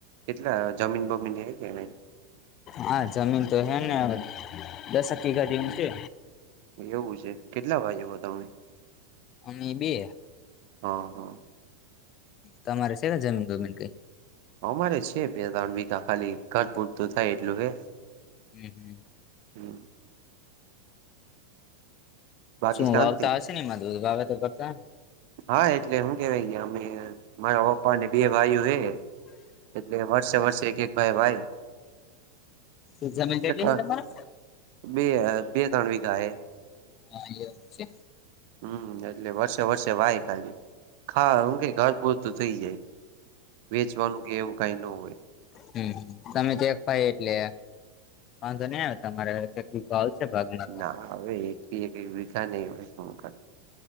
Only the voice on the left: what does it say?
હા જમીન તો હે ને દશ એક વિઘા જેમ છે.
અમે બે
તમારે છે કે જમીન ગમીન કઈ.
હમ હમ
શું
વાવતા હશે ને એમાંધું વાવેતર કરતા.
એ જમીન કેટલી
તમારે?
હા એ છે.
હમ્મ તમે એક ભાઈ એટલે વાંધો નહી આવે તમારે. ભાવ છે ભાગના તો.